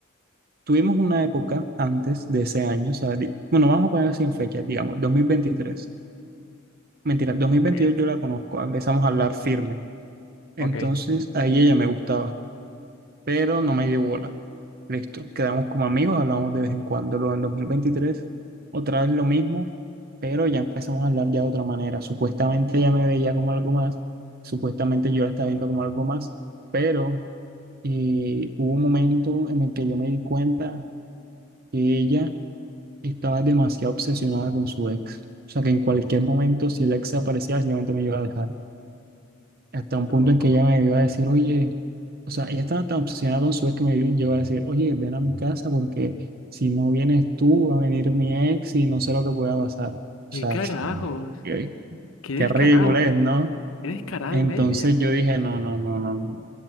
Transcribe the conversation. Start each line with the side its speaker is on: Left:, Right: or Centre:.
Right: Tuvimos una época antes de ese año, o sea, di- bueno, vamos a poner así en fechas, digamos, 2023. Mentira, dos
Left: ok,
Right: mil veintidós yo la conozco, empezamos a hablar firme. Entonces,
Left: ok.
Right: ahí ella me gustaba. pero no me dio bola. Listo, quedamos como amigos, hablamos de vez en cuando. Luego en 2023 otra vez lo mismo, pero ya empezamos a hablar ya de otra manera. Supuestamente ella me veía como algo más, supuestamente yo la estaba viendo como algo más, pero eh, hubo un momento en el que yo me di cuenta que ella estaba demasiado obsesionada con su ex. O sea, que en cualquier momento, si el ex aparecía, simplemente me iba a dejar hasta un
Left: Loco.
Right: punto en que ella me iba a decir, oye, o sea, ella estaba tan obsesionada con su ex que me llegó a decir, oye, ven a mi casa porque si no vienes tú, va a venir mi ex y no sé lo que pueda pasar. O sea,
Left: ¿Qué carajos?
Right: <laughs> qué,
Left: ¿Qué
Right: qué
Left: descarada?
Right: ridículo es, ¿no?
Left: ¿Qué descarada
Right: Entonces
Left: y media?
Right: yo dije, no, no, no, no, no,